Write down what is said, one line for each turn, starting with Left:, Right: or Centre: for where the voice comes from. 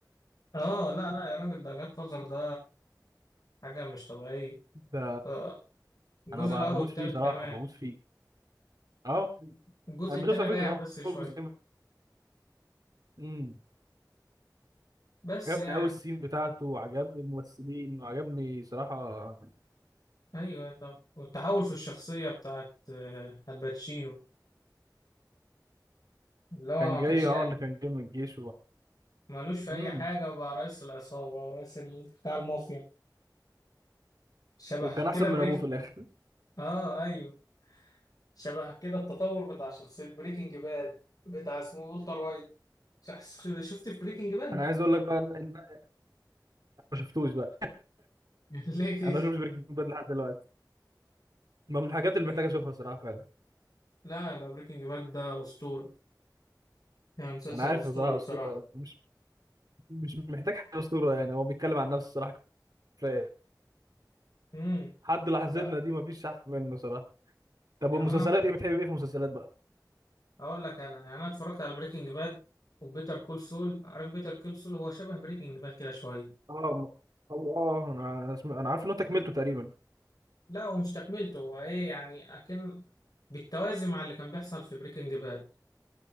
Left: اه لا لا يا راجل ده جاد فازر ده حاجة مش طبيعية
Right: ده
Left: آه، الجزء
Right: انا ب-
Left: الاول
Right: بموت
Left: والتالت
Right: فيه صراحه
Left: كمان
Right: بموت فيه اه
Left: الجزء
Right: انا
Left: التاني
Right: ما شفتش على
Left: ريح
Right: فكره غير
Left: بس شوية
Right: اول جزئين امم
Left: بس
Right: عجبني
Left: يعني
Right: قوي السين بتاعته وعجبني الممثلين وعجبني صراحه
Left: ايوه طب والتحول في الشخصية بتاعت آه، الباتشينو اللي هو
Right: كان
Left: ما
Right: جاي
Left: كانش لا
Right: اه اللي كان جاي من الجيش و...
Left: مالوش في اي
Right: امم
Left: حاجة وبقى رئيس العصابة ورئيس ال- بتاع المافيا شبه
Right: وكان احسن
Left: كده بريك
Right: من ابوه في الاخر
Left: اه ايوه شبه كده التطور بتاع شخصية بريكنج باد بتاع اسمه والتر وايت شخص شفت في بريكنج باد
Right: انا عايز اقول لك بقى ان إن- ما شفتوش بقى
Left: <laughs> ليه كده
Right: انا ما شفتش بريكنج باد لحد دلوقتي ما من الحاجات
Left: ليه
Right: اللي محتاج اشوفها صراحه فعلا
Left: لا ده بريكنج باد ده أسطورة يعني مسلسل
Right: انا عارف
Left: أسطوري
Right: صراحه
Left: بصراحة
Right: اسطوره مش مش محتاج حاجه اسطوره يعني هو بيتكلم عن نفسه صراحه كفايه
Left: امم
Right: حد لحظتنا
Left: لا
Right: دي مفيش احسن منه صراحه طب
Left: يعني
Right: والمسلسلات
Left: أنا ممكن
Right: ايه بتحب ايه في المسلسلات بقى
Left: أقول لك أنا يعني أنا اتفرجت على بريكنج باد وبيتر كول سول عارف بيتر كول سول هو شبه بريكنج باد كده شوية
Right: اه ما- أو اه انا انا, سم... أنا عارف ان انت كملته تقريبا
Left: لا هو مش تكملته هو إيه يعني أكن بالتوازي مع اللي كان بيحصل في بريكنج باد